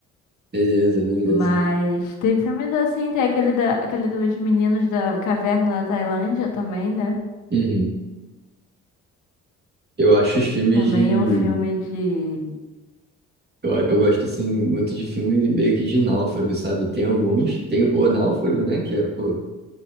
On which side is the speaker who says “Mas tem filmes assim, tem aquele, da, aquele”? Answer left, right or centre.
Left